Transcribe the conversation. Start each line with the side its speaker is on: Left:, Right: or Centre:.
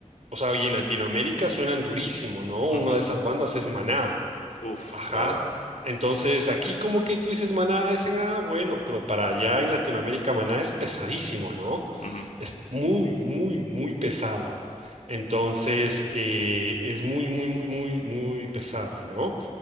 Right: o sea, y en Latinoamérica suenan durísimo, ¿no?
Left: ujú.
Right: Una de esas bandas es Maná.
Left: Uf,
Right: Ajá.
Left: claro.
Right: Entonces, aquí como que tú dices Maná, dicen, ah, bueno, pero para allá en Latinoamérica Maná es pesadísimo, ¿no?
Left: Ujú,
Right: Es muy, muy, muy pesado. Entonces, eh, es muy, muy, muy, muy, muy pesado, ¿no?